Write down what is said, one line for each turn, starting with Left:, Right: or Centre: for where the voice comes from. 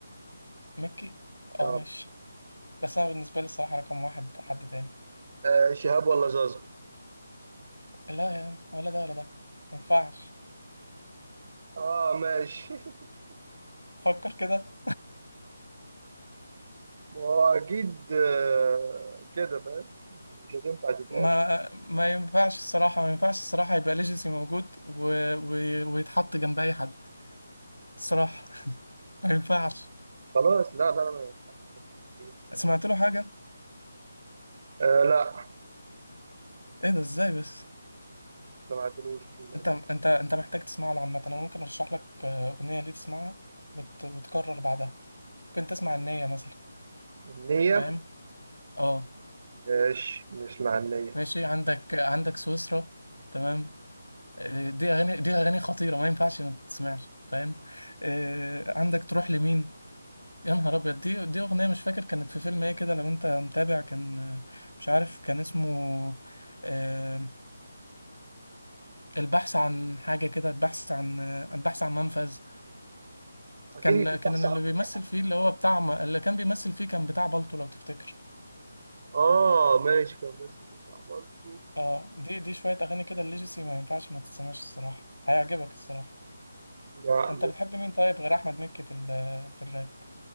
Left: ميكي اه
Right: اه
Left: ماشي بس انا بالنسبه لي الصراحه رقم واحد حد تاني
Right: آه شهاب ولا زازا
Left: لا يا عم ولا ده ولا ده ما ينفعش
Right: اه ماشي <laughs>
Left: فكر كده
Right: ما هو اكيد آه كده فاهم مش هتنفع تتقال
Left: ما ما ينفعش الصراحه ما ينفعش الصراحه يبقى ليجاسي موجود و... و... ويتحط جنب اي حد الصراحه <laughs> ما ينفعش
Right: خلاص لا لا ما ينفعش أكيد.
Left: سمعت له حاجه
Right: آه لا ما
Left: ايه ده ازاي بس
Right: سمعتلوش للاسف
Left: انت انت انت محتاج تسمع له عامه انا ممكن ارشح لك آه، اغنيه ليه تسمعها وت... وتكرر بعدها ممكن تسمع النية مثلا
Right: النية
Left: فاهم اه
Right: ماشي نسمع النية
Left: ماشي عندك عندك سويسرا تمام آه، دي اغاني دي اغاني خطيره ما ينفعش ما تسمعش فاهم آه، عندك تروح لمين يا نهار ابيض دي دي اغنيه مش فاكر كانت في فيلم ايه كده لو انت متابع كان آه، مش عارف كان اسمه آه، البحث عن حاجه كده البحث عن آه، البحث عن منفذ
Right: أكيد
Left: كان
Right: مش هتحصل
Left: كان اللي
Right: على
Left: بيمثل
Right: النية.
Left: فيه اللي هو بتاع م- اللي كان بيمثل فيه كان بتاع بالطو لو تفتكر
Right: اه ماشي كان بس كنت عبرته
Left: اه دي دي شويه اغاني كده الليجسي ما ينفعش ما تسمعش الصراحه هيعجبك الصراحه
Right: لا
Left: انت بتحب مين طيب غير احمد مكي في ال- في الراب